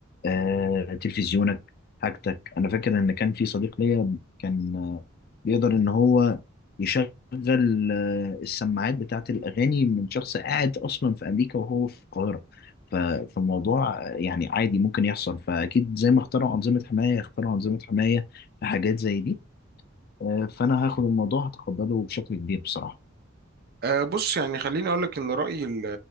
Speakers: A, on the left; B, on the right.
A: آه، تلفزيونك حاجتك انا فاكر ان كان في صديق ليا كان آه، بيقدر ان هو يشغل آه، السماعات بتاعت الأغاني من شخص قاعد أصلا في أمريكا وهو في القاهرة ف- فالموضوع آه، يعني عادي ممكن يحصل فأكيد زي ما اخترعوا أنظمة حماية اخترعوا أنظمة حماية لحاجات زي دي آه، فأنا هاخد الموضوع هتقبله بشكل كبير بصراحة
B: أه بص يعني خليني أقولك إن رأيي ال-